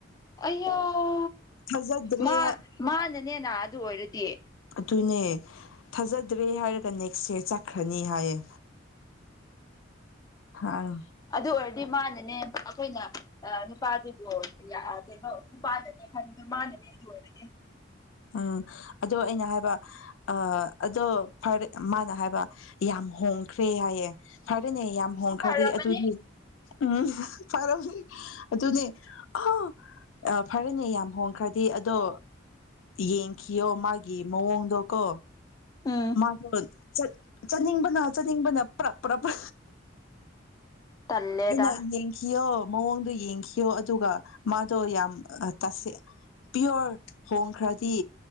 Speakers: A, on the left (about 20°); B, on the left (about 80°).
A: ꯑꯣ
B: ꯊꯥꯖꯗ꯭ꯔꯦ
A: ꯃꯥ
B: ꯍꯥꯏ
A: ꯃꯥꯅꯅꯦꯅ ꯑꯗꯨ ꯑꯣꯏꯔ ꯔꯗꯤ
B: ꯑꯗꯨꯅꯦ ꯊꯥꯖꯗ꯭ꯔꯦ ꯍꯥꯏꯔꯒ ꯅꯦꯛꯁꯁꯦ ꯆꯠꯈ꯭ꯔꯅꯤ ꯍꯥꯏꯌꯦ ꯑꯪ
A: ꯑꯗꯨ ꯑꯣꯏꯔꯗꯤ ꯃꯥꯅꯅꯦ ꯑꯩꯈꯣꯏꯅ ꯅꯨꯄꯥꯗꯨꯕꯨ ꯀꯩꯅꯣ ꯅꯨꯄꯥꯅꯅꯦ ꯈꯟꯕꯗꯣ ꯃꯥꯅꯅꯦ ꯑꯗꯨ ꯑꯣꯏꯔꯗꯤ
B: ꯎꯝ ꯑꯗꯣ ꯑꯩꯅ ꯍꯥꯏꯕ ꯑ ꯑꯗꯣ ꯐꯔꯦ ꯃꯥꯅ ꯍꯥꯏꯕ ꯌꯥꯝ ꯍꯣꯡꯈ꯭ꯔꯦ ꯍꯥꯏꯌꯦꯦ ꯐꯔ ꯍꯥꯏꯔꯦꯅꯦ ꯌꯥꯝ ꯍꯣꯡꯈ꯭ꯔꯗꯤ
A: ꯐꯔꯝꯃꯅꯤ
B: ꯑꯗꯨꯗꯤ ꯎꯝ ꯐꯔꯅꯦ ꯑꯗꯨꯅꯦ ꯑ ꯐꯔꯦꯅꯦ ꯌꯥꯝ ꯍꯣꯡꯈ꯭ꯔꯗꯤ ꯑꯗꯣ ꯌꯦꯡꯈꯤꯌꯣ ꯃꯥꯒꯤ ꯃꯑꯣꯡꯗꯣ ꯀꯣ
A: ꯎꯝ
B: ꯃꯥꯗꯣ ꯆꯠꯅꯤꯡꯕꯅ ꯆꯠꯅꯤꯡꯕꯅ ꯄ꯭ꯔꯥꯄ꯭ꯔꯥꯄ
A: ꯇꯜꯂꯦꯗ
B: ꯀ ꯌꯦ ꯀ ꯑꯣꯣ ꯃꯑꯣꯡꯗꯣ ꯌꯦꯡꯈꯤꯕꯌꯣ ꯑꯗꯨꯒ ꯃꯥꯗꯣ ꯌꯥꯝ ꯇꯁ ꯄꯤꯌꯣꯔ ꯍꯣꯡꯈ꯭ꯔꯗꯤ